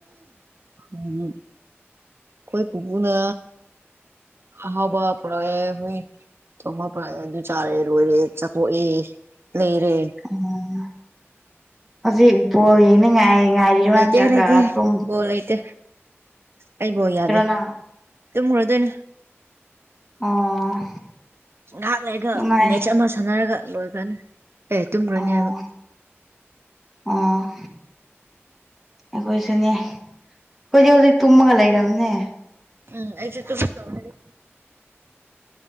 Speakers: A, on the right (about 60°); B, in the centre.
A: ꯎꯝ ꯈꯣꯏ ꯄꯨꯄꯨꯅ ꯍꯥꯎꯕ ꯄꯔꯒ ꯑꯦ ꯍꯣꯏ ꯆꯄ ꯑꯗꯨ ꯆꯥꯔꯦ ꯂꯣꯏꯔꯦ ꯆꯥꯛꯀꯣꯛꯑꯦ ꯂꯩꯔꯦ
B: ꯑꯣ ꯍꯧꯖꯤꯛ ꯕꯣꯜ ꯌꯦꯡꯅꯤꯡꯉꯥꯏ ꯉꯥꯏꯔꯤꯔ
A: ꯂꯩꯇꯦ
B: ꯅꯠꯇ꯭ꯔꯒ
A: ꯂꯩꯇꯦ
B: ꯇꯨꯝ
A: ꯕꯣꯜ ꯂꯩꯇꯦ ꯑꯩ ꯕꯣꯜ ꯌꯥꯗꯦ
B: ꯅꯪ
A: ꯇꯨꯝꯈ꯭ꯔꯗꯣꯏꯅꯦ
B: ꯑꯣ
A: ꯉꯥꯏꯍꯥꯛ ꯂꯩ ꯑꯩꯒ
B: ꯅꯨꯡꯉꯥꯏ
A: ꯃꯦꯠꯆ ꯑꯃ ꯁꯥꯟꯅꯔꯒ ꯂꯣꯏꯈ꯭ꯔꯅꯤ ꯑꯩ ꯇꯨꯝꯈ꯭ꯔꯅꯦꯕ
B: ꯑꯣ ꯑꯣ ꯑꯩꯈꯣꯏꯁꯨꯅꯦ ꯑꯩꯈꯣꯏꯗꯤ ꯍꯧꯖꯤꯛ ꯇꯨꯝꯃꯒ ꯂꯩꯔꯕꯅꯦ
A: ꯎꯝ ꯑꯩꯁꯨ ꯇꯨꯝ